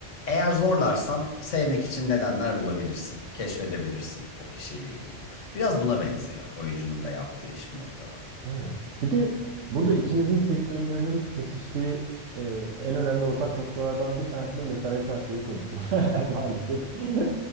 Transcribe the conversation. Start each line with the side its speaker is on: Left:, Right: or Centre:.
Left: eğer zorlarsan sevmek için nedenler bulabilirsin, keşfedebilirsin o kişiyle ilgili. Biraz buna benziyor oyuncunun da yaptığı iş bu noktada.
Right: Evet. Bir de burada ikimizin sektörlerinin kesiştiği e, en önemli ortak noktalardan bir tanesi de mesai saatleri konusu <laughs> maalesef. <laughs>